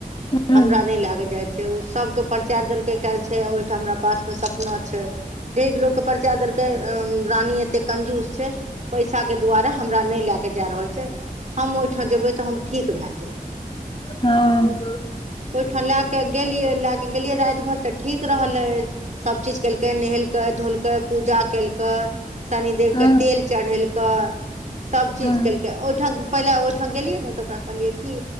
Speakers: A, on the left; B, on the right.
A: हूँ
B: हमरा नहि लै के जाय छै ओ सबके परिचय देलकै एकटा छै ओहिठाम हमरा पासमे सब छै एतेक लोक केँ परिचय देल के रानी एते कंजूस छै पैसा के दुआरे हमरा नहि लए के जा रहल छै हम ओहिठाम जेबै तऽ हम ठीक भए जेबै
A: हँ
B: ओहिठाम लय के गेलियै लए के गेलियै राति भर तऽ ठीक रहले सब केलकै नहेलकै धोलकै पूजा केलकै शनिदेव
A: हूँ
B: के तेल चढ़ेलकै सभचीज
A: हूँ
B: केलकै ओहिठाम पहिले ओहिठाम गेलियै ने तऽ ओकरा कहलियै कि